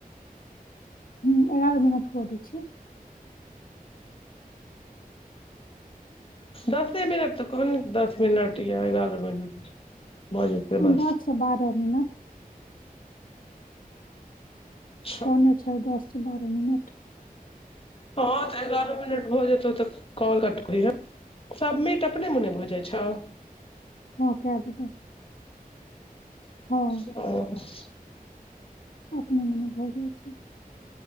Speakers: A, on the left (about 65°); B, on the left (about 40°).
A: ह एगारह मिनट हुव दै छीयय।
B: दसे मिनट त कोन दस मिनट या ग्यारह मिनट भऽ जेतै बस
A: दससँ बारह मिनट। कहने
B: हँ
A: छैय दससँ बारह मिनट।
B: हँ तऽ एगारह मिनट भ जेतौ तऽ कॉल कट करिहे। सभ मीट अपने मुने भऽ जाय छौ।
A: <unintelligible>
B: ओ
A: हँ अपने मने भऽ जाय छैय।